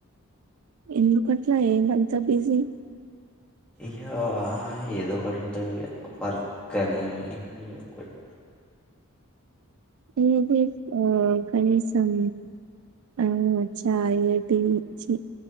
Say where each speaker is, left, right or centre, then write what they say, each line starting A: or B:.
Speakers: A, on the right; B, in the centre.
A: ఎందుకట్లా ఏమంత బిజీ
B: ఇయ్యా ఏదో ఒకటి ఉంటది ఇగ వర్కనీ, ఎదో ఒకటి
A: ఏది ఆ కనీసం ఆ చాయ టీ చ